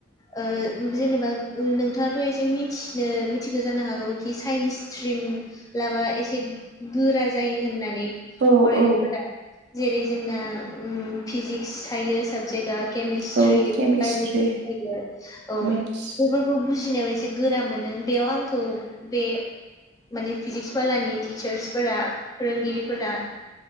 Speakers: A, on the left; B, on the right.
A: ओ जेनेबा ओ नोंथाङाथ' एसे मिथिनो मिथिगो जानो हागौ कि साइन्स स्ट्रिम लाबा एसे गोरा जायो होननानै
B: औ
A: फरायनायफोरा
B: औ
A: जेरै जोंना उम फिजिक्स थायो साबजेक्ट दा केमिस्ट्रि
B: औ
A: बाय'लजि
B: केमिस्ट्रि
A: <unintelligible> औ
B: मेथ्स
A: बेफोरखौ बुजिनायाव एसे गोरा मोनो बेयाव आंखौ बे माने फिजिक्स बलानि टिचार्सफोरा फोरोंगिरिफोरा